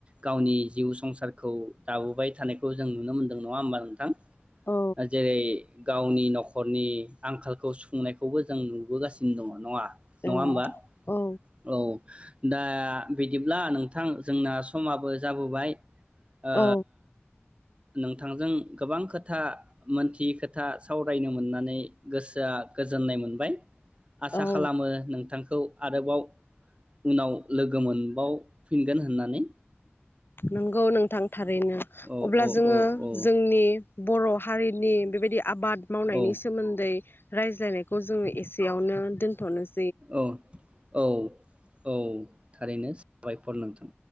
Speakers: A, on the right (about 25°); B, on the left (about 55°).
A: गावनि जिउ संसारखौ दाबोबाय थानायखौ जों नुनो मोनदों नङा होमबा नोंथां ‌
B: औ
A: ओ जेरै गावनि नख नखरनि आंखालखौ सुफुंनायखौबो जों नुबोगासिनो दंङ नंङा? नङा
B: औ
A: होमबा
B: औ
A: औ दा बिदिब्ला नोंथां जोंना समाबो जाबोबाय। ओ
B: औ
A: नोंथांजों गोबां खोथा मोनथियै खोथा सावरायनो मो मोननानै गोसोआ गोजोननाय मोनबाय। आसा
B: औ
A: खालामो नोंथांखौ आरोबाव उनाव लोगो मोनबावफिनगोन होननानै
B: नंगौ नोंथां थारैनो,
A: औ
B: अब्ला
A: औ
B: जोङो
A: औ औ
B: जोंनि बर' हारिनि बेबायदिया आबाद मावनायनि
A: औ
B: सोमोन्दै राय ज्लायनायखौ जोङो एसेयावनो दोनथ'नो
A: ओ औ औ थारैनो साबायखर नोंथां।